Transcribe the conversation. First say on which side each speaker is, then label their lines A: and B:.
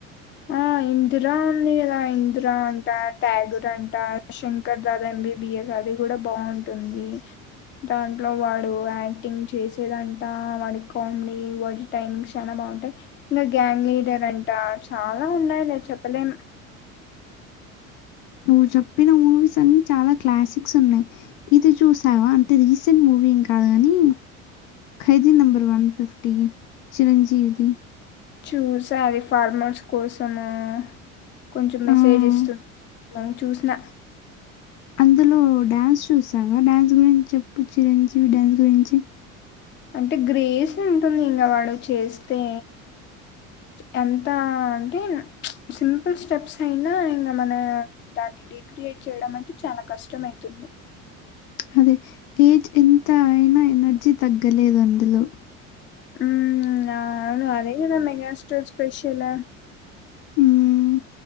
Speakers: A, on the left (about 30°); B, on the left (about 70°).
A: ఆ ఇందిరా ఉంది కదా ఇందిరా అంట ట్యాగూర్ అంట శంకర్ శంకర్ దాదా ఎంబీబిఎస్ అది కూడా బాగుంటుంది దాంట్లో వాడు యాక్టింగ్ చేసేదంట వాడి కామెడీ వాడి టైమింగ్ చాలా బాగుంటాయి ఇంకా గ్యాంగ్ లీడర్ అంట చాలా ఉన్నాయి లే చెప్పలేం
B: నువ్వు చెప్పిన మూవీస్ అన్నిీ చాలా క్లాసిక్స్ ఉన్నాయి ఇది చూసావా అంటే రీసెంట్ మూవీ ఏం కాదు కాని Khaidi number one fifty Chiranjeevi ది
A: చూస అది ఫార్మర్స్ కోసము కొంచెం మెసేజ్
B: ఆహ్,
A: ఇస్తుంది మను చూసిన
B: అందులో డ్యాన్స్ చూసావా డ్యాన్స్ గురించి చెప్పు చిరంజీవి డ్యాన్స్ గురించి
A: అంటే గ్రేస్ ఉంటుంది ఇంకా వాడు చేస్తే ఎంత అంటే సింపుల్ స్టెప్స్ అయినా ఇంకా మన దాన్ని రక్రియేట్ చేయడం అంటే చాలా కష్టం అవుతుంది
B: అదే ఏజ్ ఎంత అయినా ఎనర్జీ తగ్గలేదు అందులో
A: ఉమ్ అవును అదేగదా మెగాస్టార్ స్పెషల్
B: ఉమ్